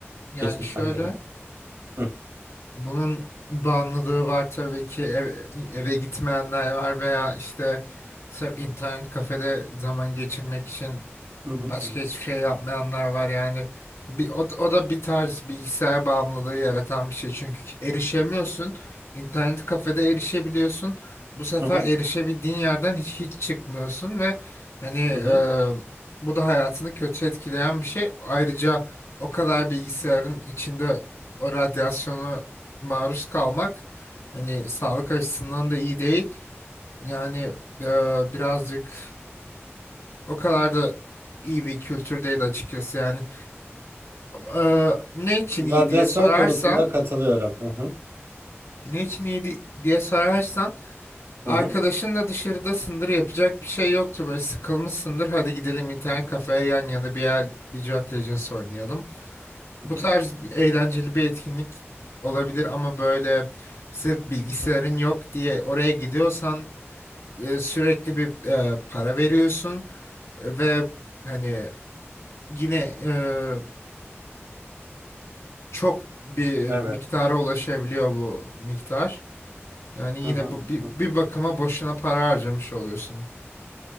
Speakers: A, on the left; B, on the right.
A: Yani
B: geçmişten
A: şöyle
B: gelen. Hı.
A: Bunun bağımlılığı var tabii ki eve, eve gitmeyenler var veya işte sırf internet kafede zaman geçirmek için
B: Hı hı.
A: başka hiçbir şey yapmayanlar var yani. Bir, o, o da bir tarz bilgisayar bağımlılığı yaratan bir şey çünkü erişemiyorsun. İnternet kafede erişebiliyorsun. Bu sefer
B: Hı hı.
A: erişebildiğin yerden hiç hiç çıkmıyorsun ve hani e,
B: Hı hı.
A: bu da hayatını kötü etkileyen bir şey. Ayrıca o kadar bilgisayarın içinde o radyasyonu maruz kalmak hani sağlık açısından da iyi değil. Yani eee, birazcık o kadar da iyi bir kültür değil açıkçası yani. Eee, ne için iyi
B: Radyasyon
A: diye sorarsan,
B: konusunda katılıyorum. Hı hı.
A: ne için iyi di- diye sorarsan arkadaşınla
B: Hı hı.
A: dışarıdasındır yapacak bir şey yoktur böyle sıkılmışsındır hadi gidelim internet
B: Hı
A: kafeye
B: hı.
A: yan yana bir yer League of Legends oynayalım.
B: Hı
A: Bu
B: hı.
A: tarz bir- eğlenceli bir etkinlik olabilir ama böyle sırf bilgisayarın
B: Hı hı.
A: yok diye oraya gidiyorsan e, sürekli bir e, para veriyorsun ve hani yine e, çok bir
B: Evet.
A: miktara ulaşabiliyor bu miktar. Yani
B: Hı
A: yine
B: hı.
A: bu bir, bir
B: Hı hı.
A: bakıma boşuna para harcamış oluyorsun.